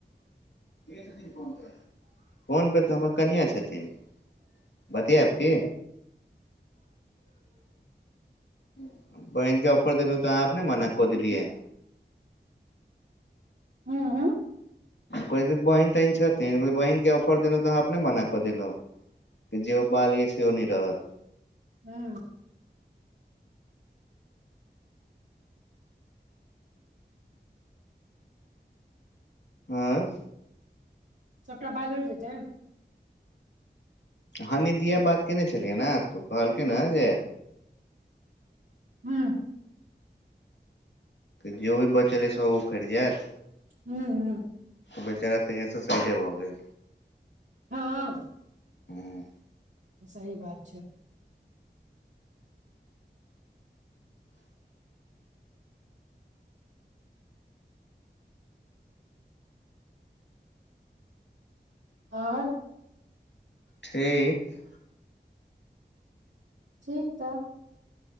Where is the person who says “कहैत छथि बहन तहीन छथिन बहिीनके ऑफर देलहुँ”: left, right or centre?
Left